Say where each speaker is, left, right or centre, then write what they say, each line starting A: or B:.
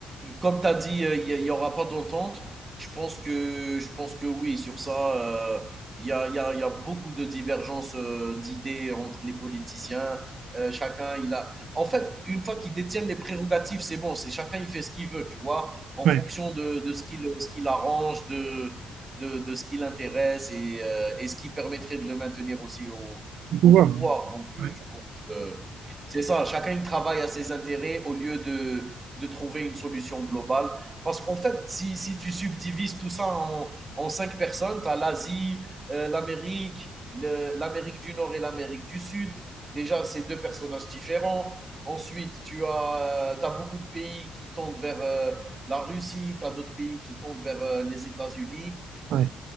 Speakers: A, on the right (about 25°); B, on the right (about 75°).
A: comme tu as dit, euh, il n'y aura pas d'entente, je pense que, je pense que oui, sur ça, euh, il euh, y a, y a- y a beaucoup de divergences euh, d'idées entre les politiciens. Euh, chacun, il a. En fait, une fois qu'ils détiennent les prérogatives, c'est bon, c'est chacun, il fait ce qu'il veut, tu vois, en
B: Ouais,
A: fonction de, de ce qu'il ce qu'il arrange, de, de, de ce qui l'intéresse et, euh, et ce qui permettrait de le maintenir aussi au,
B: le pouvoir.
A: au pouvoir. Donc, euh,
B: hein.
A: je pense que. C'est ça, chacun il travaille à ses intérêts au lieu de, de trouver une solution globale. Parce qu'en fait, si, si tu subdivises tout ça en, en cinq personnes, tu as l'Asie, euh, l'Amérique, l'Amérique du Nord et l'Amérique du Sud. Déjà, c'est deux personnages différents. Ensuite, tu as, euh, t'as beaucoup de pays qui tendent vers euh, la Russie, tu as d'autres pays qui tendent vers euh, les États-Unis.
B: Ouais,